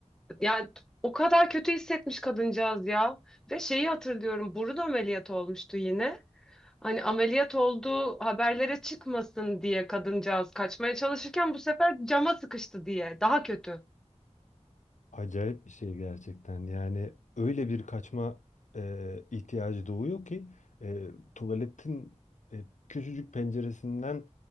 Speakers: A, in the centre; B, on the left.
A: Yani o kadar kötü hissetmiş kadıncağız ya. Ve şeyi hatırlıyorum. Burun ameliyatı olmuştu yine. Hani ameliyat olduğu haberlere çıkmasın diye kadıncağız kaçmaya çalışırken bu sefer cama sıkıştı diye. Daha kötü.
B: Acayip bir şey gerçekten yani öyle bir kaçma e, ihtiyacı doğuyor ki e, tuvaletin e, küçücük penceresinden